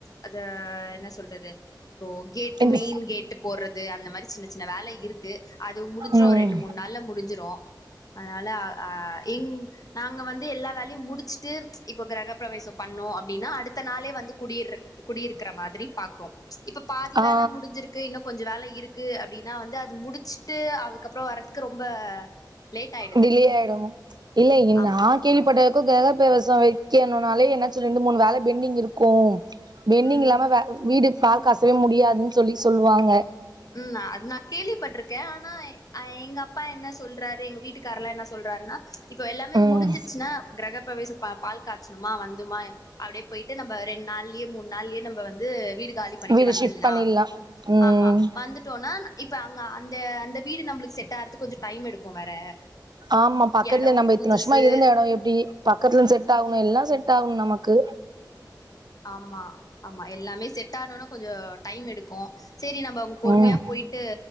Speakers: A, on the left; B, on the right.
A: அத என்ன சொல்றது இப்போ கேட்
B: எந்து
A: மெயின் கேட் டு போறது அந்த மாரி சின்ன சின்ன வேல இருக்கு அது முடிஞ்சிரு
B: ம்
A: ஒர் ரெண்டு மூண் நாள்ல முடிஞ்சிரு அதுனால அ ஆ இங் நாங்க வந்து எல்லா வேல்யு முடி ச்ட்டு இப்போ கிரகபிரவேசோ பண்ணோ அப்டினா அடுத்த நாளே வந்து குடியிர்ற குடியிருக்கிற மாதிரி பாக்றோ இப்ப பாதி
B: ஆ
A: வேல முடிஞ்சிரு க்கு இன்னு கொஞ்சு வேல இருக்கு அப்டினா வந்து அது முடிச்ட்டு அதுக்கப்றோ வர்றதுக்கு ரொம்ப லேட் ஆயிடுது
B: டிலே ஆய்டுமோ இல்லகின்னா
A: ஆமா
B: கேள்விப்பட்டவர்க்கு கிரகப்பிரவேசோ வைக்கணுனாலே என்னாச்சு ரெண்டு மூணு வேல பெண்டிங் இருக்கு பெண்டிங்
A: ம்
B: இல்லாம வே வீடு பால் காசவே முடியாதுன் சொல்லி சொல்வாங்க
A: ம் நா அது நா கேள்விப்பட்ருக்கே ஆனா அ எங்கப்பா என்ன சொல்றாரு எங்க வீட்டுகார்லா என்ன சொல்றாருனா இப்போ எல்லாமே
B: ம்
A: முடிஞ்சிர்ச்சுனா கிரகபிரவேச பால் காய்ச்சணுமா வந்துமா அப்டியே போய்ட்டு நம்ம ரெண்டு நாள்லயே மூணு நாள்லயே நம்ம வீட காலிப் பண்ணிட்டு
B: வீடு
A: வந்துருலாம்
B: ஷிஃப்ட் பண்ணிடலா ம்
A: ஆமா வந்துட்டோம்னா இப்ப அங்க அந்த அந்த வீடு நம்மளுக்கு செட் ஆறதுக்கு கொஞ்சோ டைம் எடுக்கும் வேற
B: ஆமா பக்கத்துல
A: எடோ
B: நம்ம
A: புதுசு
B: இத்தன வருஷமா இருந்த எடம் எப்டி பக்கத்துல செட் ஆகணும் எல்லா செட் ஆகணும் நமக்கு
A: ஆமா ஆமா எல்லாமே செட் ஆனுன்னு கொஞ்சோ டைம் எடுக்கும் சேரி நம்ம பொறுமையா
B: ம்
A: போய்ட் ட்டு